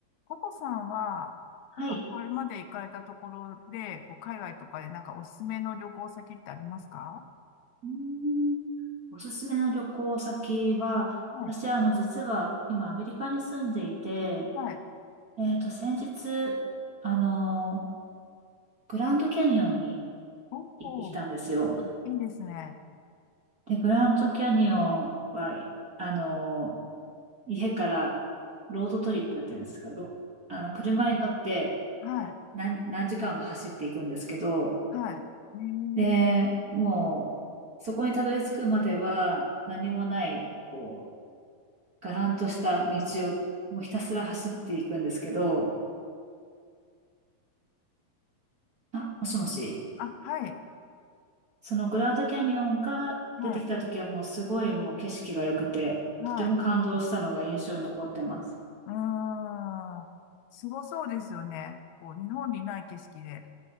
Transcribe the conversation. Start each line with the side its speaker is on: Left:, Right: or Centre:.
Left: ココさんは、
Right: はい。
Left: なんかこれまで行かれたところで、こう海外とかでなんかおすすめの旅行先ってありますか
Right: うーんおすすめの旅行先は、
Left: はい。
Right: 私はあの実は今アメリカに住んでいて、
Left: はい。
Right: えっと先日、あの、グランドキャニオンに
Left: おー、
Right: 行ってきたんですよ。
Left: あいいですね。
Right: で、グランドキャニオンは、あの、家からロードトリップっていうんですか、ろあの、車に乗って
Left: はい。
Right: 何、何時間も走っていくんですけど、
Left: はい。えー、
Right: で、もう、そこにたどり着くまでは何もない、こう、がらんとした道をもうひたすら走っていくんですけど、あ、もしもし、
Left: あ、はい。
Right: そのグランドキャニオンが出てきた時はもうすごいもう景色が良くて、
Left: はい。はい。
Right: とても感動したのが印象に残ってます。
Left: うーん。すごそうですよね。こう、日本にない景色で。